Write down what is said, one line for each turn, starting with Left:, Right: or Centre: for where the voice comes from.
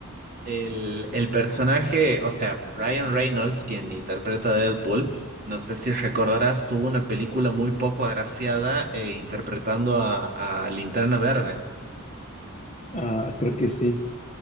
Right: El, el personaje, o sea, Ryan Reynolds, quien interpreta a Deadpool, no sé si recordarás, tuvo una película muy poco agraciada eh, interpretando a, a Linterna Verde.
Left: Ah, creo que sí.